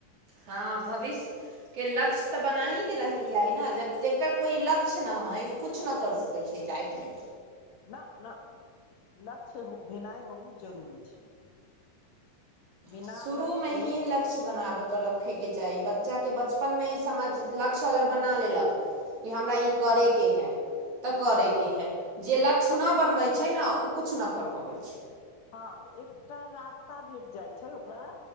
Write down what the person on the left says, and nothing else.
ना ना लक्ष्य ह भेनाइ बहुत जरूरी छैय बिना
लक्ष्यके
हँ
हँ
तऽ
हँ तऽ एकटा रास्ता भेट जाइ छैय ओकरा